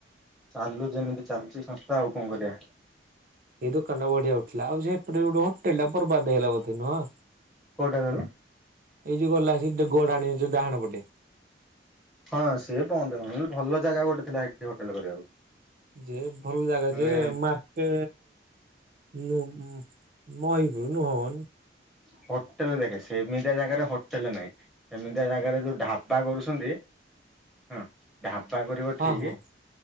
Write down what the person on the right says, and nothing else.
ଏଇ ଦୋକାନ ଟା ବଢିଆ ଉଠିଲା ଆଉ ସେପଟ ଗୋଟେ ହୋଟେଲ ଟା ବର୍ବାଦ ହେଇଲା ବୋଧେ ନୁହଁ।
ଏଇ ଯଉ ଗଲା ଆସିଲା ଗୋଡାଣି ଡାହାଣ ପଟେ
ଯେ ଭଲ ଜାଗା
ଯେ ମାର୍କେ ମୋ ମହିଗୁରୁ ନୋନ୍।
ହଁ
ହଁ